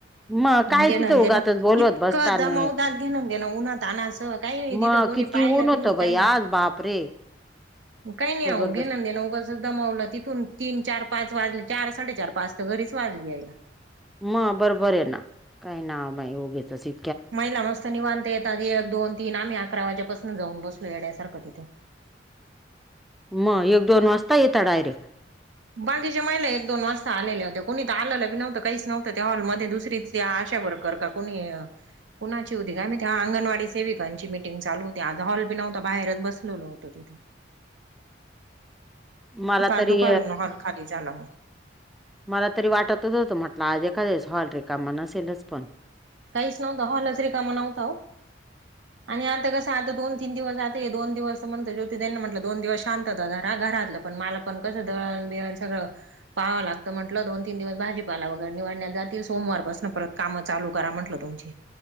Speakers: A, in the centre; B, on the right (about 85°).
A: मग काय
B: घेणंन
A: तिथे
B: देणं
A: उगाचच बोलवत
B: इतकं
A: बसतानी
B: दमावतात, घेणनं देणनं ना उन्हातान्हाच कायी नायी,
A: मग
B: तिथं कोणी
A: किती
B: पाहिलं
A: ऊन होतं
B: बी नायी, न
A: बाई
B: कायी नायी
A: आज बापरे
B: मग कायी नाही,
A: जबरदस्त
B: आवो घेणन देणं उगचच दमवलं तिथून तीन, चार, पाच वाजले, चार, साडे चार, पाच तर घरीच वाजले यायला
A: म बरोबरय ना, काही ना बाई उगीचच इ
B: महिला मस्त निवांता येतात, एक, दोन, तीन. आम्ही अकरा वाजेपासून जाऊन बसलो येड्यासारखं तिथं
A: मग एक, दोन वाजता येता डायरेक्ट?
B: बाकीच्या महिला एक, दोन वाजता आलेल्या होत्या, कोणी तर आलेलं बी नव्हतं काहीच नव्हतं, त्या हॉलमध्ये दुसरी आशा वरकर का कोणी? कुणाची होती काय माहीती, ते अंगणवाडी सेविकांची मीटिंग चालू होती, आता हॉल बी नव्हता, बाहेरच बसलेलो होतो तिथं
A: मला
B: काल
A: तरी
B: दुपारून हाॅल खाली झाला मग
A: मला तरी वाटतच होतं, म्हटलं आज एखादेच हॉल रीकामा नसेलच पण
B: काहीच नव्हतं, हाँलच रिकामा नव्हता वो आणि आता कस आता दोन तीन दिवस जाते‌. दोन दिवस म्हणत ज्योति ताईनां म्हटलं दोन दिवस शांतता धरा, घरातलं पण मला पण कसं दळण बिळण सगळं- पाहवं लागतं म्हटलं, दोन, तीन दिवस भाजीपाला वगैरे निवडण्यात जातील, सोमवार पासून परत कामाचा लोड करा म्हटलं तुमची